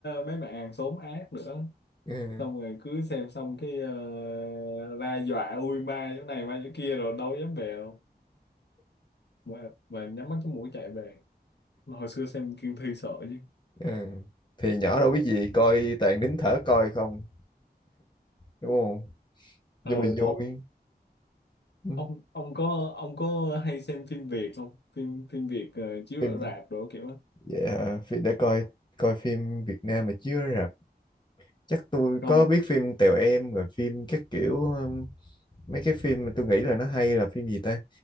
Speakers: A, on the left (about 85°); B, on the left (about 25°).
A: mấy bạn hàng xóm ác nữa
B: Ừ.
A: xong rồi cứ xem xong cái ờ, ra dọa ui ma chỗ này ma chỗ kia rồi đâu dám về đâu mà, mà nhắm mắt cái mũi chạy về mà hồi xưa xem Kiên Thi sợ chứ
B: Ừ. thì nhỏ đâu biết gì coi toàn nín thở coi không đúng không
A: ờ
B: nhưng mà
A: ông
B: vui Ừ.
A: ông ông có ông có hay xem phim Việt không phim phim Việt ờ, chiếu
B: phim
A: ở rạp đồ kiểu đó.
B: dạ, phim để coi coi phim Việt Nam mà chưa rạp chắc tôi
A: không
B: có biết phim Tèo Em rồi phim các kiểu um, mấy cái phim mà tôi nghĩ là nó hay là phim gì ta